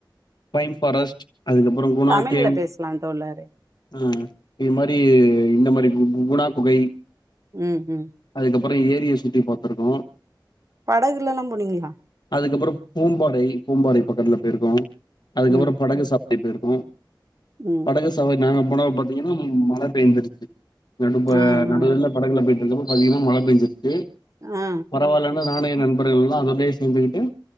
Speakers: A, on the left; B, on the right.
A: பைன் ஃபாரஸ்ட் அதுக்கப்புறம் குணா
B: தமிழ்ல
A: கேவ்
B: பேசலா தோழரே
A: ஆ இது மாரி இந்த மாரி கு குணா குகை
B: ம் ம்
A: அதுக்கப் அப்புறோ ஏரிய சுத்தி பாத்துருக்கோம்
B: படகுல ல்லா போனீங்களா
A: அதுக்கப்புறோ பூம்பாறை பூம்பாறை பக்கத்ல போயிருக்கோ அதுக்கப்புறோ
B: ம்
A: படகு சப் ரி பேய்ருக்கு
B: ம்
A: படகு சவாரி நாங்க போன பாத்தீங்கன்னா மழ பெந்துருச்சு நடு ப
B: ஆ ஆ
A: நடுவுல படகுல போயி அதுக்கப்புறோ பாத்திங்கன்னா மழை பேஞ்சி து
B: ஆ
A: பரவால்லன்னு நானு என் நண் பர்கள்ல்லா அதோடயே சேந்துகிட்டு